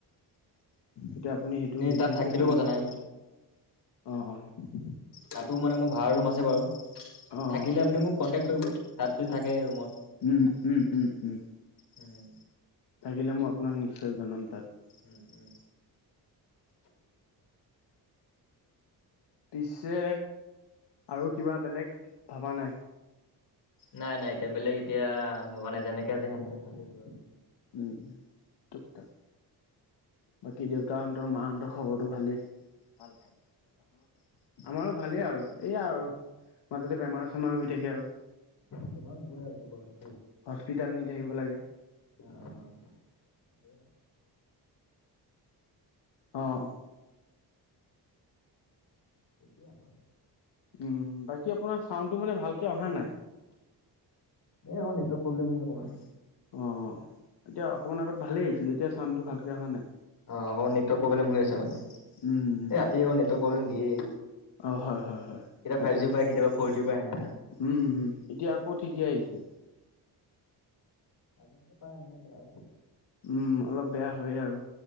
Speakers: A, on the left; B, on the left.
A: এতিয়া আপুনি সেইটো বিজনেছে
B: তাত থাকিলেও
A: কৰি
B: কথা
A: অ',
B: নাই
A: অ'
B: তাতো মানে মোৰ ভাড়া ৰুম আছে বাৰু
A: অ'
B: থাকিলে আপুনি মোক কণ্টেক্ট কৰিব তাতো থাকে ৰুমত উম
A: থাকিলে মই আপোনাক নিশ্চয় জনাম তাত।
B: উম, উম
A: পিছে আৰু কিবা বেলেগ ভবা নাই।
B: নাই নাই এতিয়া বেলেগ এতিয়া ভবা নাই যেনেকে আছো কেনেকে চলি আছো আৰু
A: উম, তুক তাক বাকী দেউতাহন্তৰ মাহঁন্তৰ খবৰটো ভালেই ভাল, ভাল। আমাৰো ভালেই আৰু এইয়া আৰু মাজতে বেমাৰ চেমাৰ হৈ থাকে আৰু।
B: বেমাৰ হ'ব আৰু এতিয়া বৰ <unintelligible>
A: হস্পিতাল নি থাকিব লাগে।
B: অ', হ'বয়ে।
A: অ'।
B: সতি আমাৰো
A: উম, বাকী আপোনাৰ চাউন্ডটো মানে ভালকে অহা নাই।
B: এই অ', নেটৱৰ্ক প্ৰব্লেম আকণমান
A: অ', এতিয়া অকমান আগত ভালেই আহিছিলো এতিয়া চাউণ্ডটো ভালকে অহা নাই।
B: অ', অকণমান নেটৱৰ্ক প্ৰব্লেম হৈ আছে মানে এই
A: উম, উম,
B: ৰাতিয় অকণ নেটৱৰ্ক প্ৰব্লেম দিয়েই।
A: অ', হয়, হয়, হয়।
B: কেতিয়াবা
A: এতিয়া
B: ফাইভ জী কেতিয়াবা ফৰ জী পায় সেনেকা।
A: উম, এতিয়া আকৌ ঠিকে আহিছে।
B: আজনতে পায়, এনেকে বেয়া।
A: উম, অলপ বেয়া হয়ে আৰু।